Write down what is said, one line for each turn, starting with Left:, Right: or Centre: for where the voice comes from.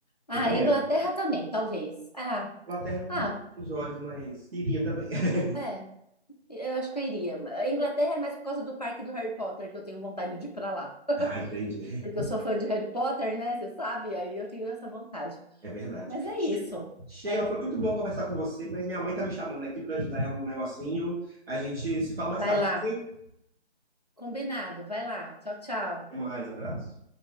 Left: Ah,
Right: Recomendo.
Left: Inglaterra também, talvez. Ah,
Right: Inglaterra não
Left: ah,
Right: os olhos, mas iria também. <laughs>
Left: é. Eu acho que eu iria. A Inglaterra é mais por causa do parque do Harry Potter que eu tenho vontade de ir para lá.
Right: ah, entendi.
Left: Porque eu sou fã de Harry Potter, né? Você sabe? Aí eu tenho essa vontade.
Right: É verdade.
Left: Mas é
Right: Che-
Left: isso.
Right: Sheila,
Left: É.
Right: foi muito bom conversar com você, mas minha mãe tá me chamando aqui para ajudar ela num negocinho. A gente se fala mais
Left: Vai
Right: tarde.
Left: lá.
Right: ok?
Left: Combinado. Vai lá. Tchau, tchau.
Right: Até mais, abraço.